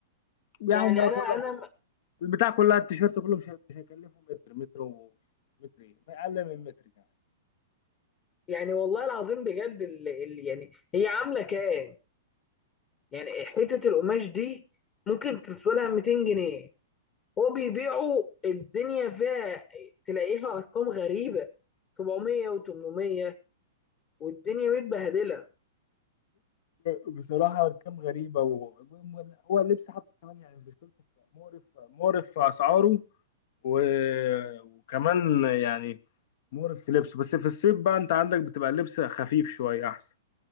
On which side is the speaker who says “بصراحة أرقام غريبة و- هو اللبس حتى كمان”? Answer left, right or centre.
Left